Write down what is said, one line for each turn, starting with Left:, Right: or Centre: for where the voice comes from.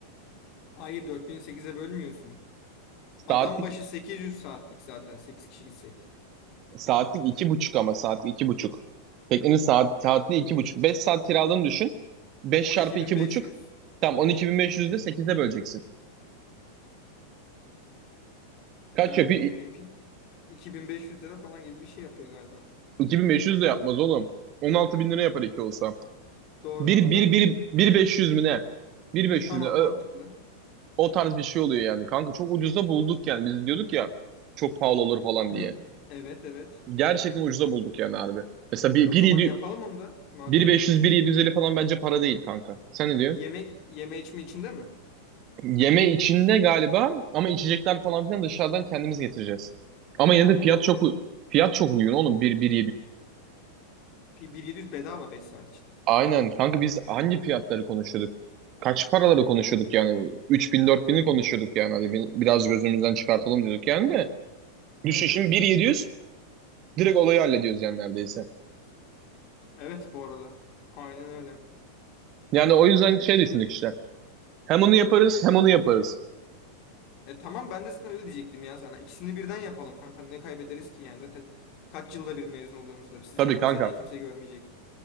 Left: Hayır 4000'i sekize bölmüyorsun. Adam
Right: Saatlik
Left: başı 800 saatlik zaten 8 kişi gitsek.
Right: saatlik iki buçuk ama saatlik iki buçuk. Teknenin saat, saatli iki buçuk. 5 saat kiraladığını düşün. 5
Left: 12500.
Right: çarpı iki buçuk. tam on iki bin Tamam 12.500'de sekize böleceksin. Kaç
Left: Ha
Right: yapıyor?
Left: be- benimki 2500 lira falan gibi bir şey yapıyor galiba.
Right: 2500
Left: Yok
Right: de yapmaz
Left: lan.
Right: oğlum. 16 bin lira yapar iki olsa.
Left: Doğru.
Right: Bir,
Left: Adam
Right: bir, bir, bir 500 mü ne? 1500
Left: tamam
Right: mü ne? Ö-
Left: mantıklı.
Right: O tarz bir şey oluyor yani. Kanka çok ucuza bulduk yani. Biz diyorduk ya çok pahalı olur falan
Left: Hı.
Right: diye.
Left: Evet evet.
Right: Gerçekten ucuza bulduk yani harbi. Mesela bir,
Left: E, o
Right: bir,
Left: zaman
Right: yedi-
Left: yapalım onu da madem
Right: bir
Left: öyle.
Right: 500, bir 750 falan bence para değil kanka. Sen ne diyorsun?
Left: Yeme yeme içme içinde mi?
Right: Yeme içinde galiba ama içecekler falan filan dışarıdan kendimiz getireceğiz. Ama yine
Left: Ha
Right: de
Left: olur
Right: fiyat
Left: olur.
Right: çok u- fiyat çok uygun oğlum. 1, 1,
Left: Pi- 1700 bedava 5 saat için.
Right: Aynen kanka biz hangi fiyatları konuşuyorduk? Kaç paraları konuşuyorduk yani? 3000 bin'i konuşuyorduk yani. Hadi bir- biraz gözümüzden çıkartalım diyorduk yani de. Düşün
Left: Evet.
Right: şimdi 1700 direkt olayı hallediyoruz yani neredeyse.
Left: Evet bu arada. Aynen öyle.
Right: Yani o yüzden şey düşündük işte. Hem onu yaparız hem onu yaparız.
Left: E tamam ben de zaten öyle diyecektim ya sana. İkisini birden yapalım kanka. Ne kaybederiz ki yani zaten kaç yılda bir mezun oluyorsunuz da. Siz
Right: Tabii
Left: zaten
Right: kanka.
Left: seneye kimse görmeyecek.